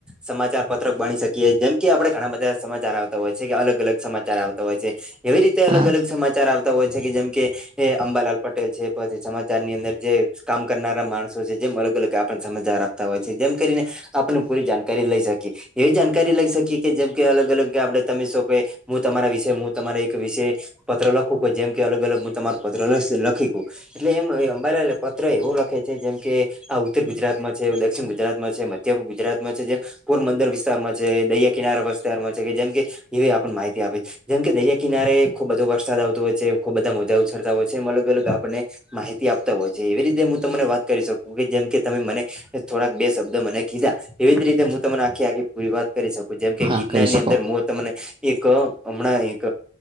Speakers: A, in the centre; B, on the right.
A: સમાચાર પત્રક બની શકીએ. જેમ કે આપડે ઘણા બધા સમાચાર આવતા હોય છે, કે અલગ-અલગ સમાચાર આવતા હોય છે. એવી રીતે અલગ-અલગ
B: હા
A: સમાચાર આવ તાં હોય છે કે જેમ કે એ અંબાલાલ પટેલ છે, પછી સમાચાર ની અંદર જે કામ કરનારા માણ સો છે, જેમ અલગ-અલગ આપન સમાચાર આપતા હોય છે. જેમ કરીને આપને પૂરી જાણકારી લઈ શકીએ. એવી જાણકારી લઈ શકીએ કે જેમ કે અલગ-અલગ આપડે તમે સો કે હું તમારા વિશે હું તમારા એક વિશે પત્ર લખું કે જેમ કે અલગ-અલગ હું તમારું પત્ર લસ લખી કું. એટલે એમ એ અંબાલાલ એ પત્ર એવું લખે છે જેમ કે આ ઉત્તર ગુજરાતમાં છે, એવું દક્ષિણ ગુજરાતમાં છે. મ ધ્યમ ગુજરાતમાં છે જે પોરબંદર વિસ્તારમાં છે, દરિયા કિનારા વિસ્તારમાં છે કે જેમ કે એવી આપન માહિતી આપે છ. જેમકે દરિયા કિનારે ખુબ બધો વરસાદ આવતો હોય છે, ખુબ બધા મોજા ઉછળતા હોય છે, એમ અલગ-અલગ આપણને માહિતી આપતા હોય છે. એવી રીતે હું તમને વાત કરી શકું કે જેમ કે તમે મને થોડાક બે શબ્દ મને કીધા એવી જ રીતે હું તમને આખે આખી પૂરી વાત કરી શકું, જેમ કે
B: હા
A: ગિરનારની
B: કરી શકો
A: અંદર મોત તમને એક હમણાં એક